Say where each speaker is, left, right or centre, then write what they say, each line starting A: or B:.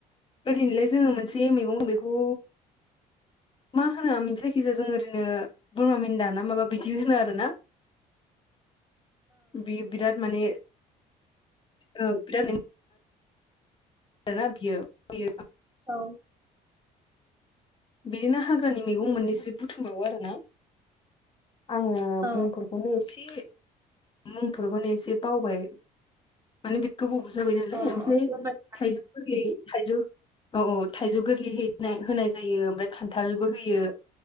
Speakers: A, on the left; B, on the right.
A: ओरैनोलाय जोङो मोनसे मैगं दं बेखौ मा होनो मिनथिया जायखिजाया जों ओरैनो बोरमा मेन्दा ना माबा बिदि होनो आरोना बे बिराद माने बिराद आरोना बियो बियो
B: औ
A: बिदिनो हाग्रानि मैगं मोननैसो बुथुमबावो आरोना आङो
B: औ
A: मुंफोरखौनो एसे मुंफोरखौनो एसे बावबाय माने बे गोबावबो जाबाय नालाय
B: औ
A: ओमफ्राय
B: बेबाय
A: थाइजौ गोरलै थाइजौ औ औ थाइजौ गोरलै है होनाय जायो ओमफ्राय खान्थालबो होयो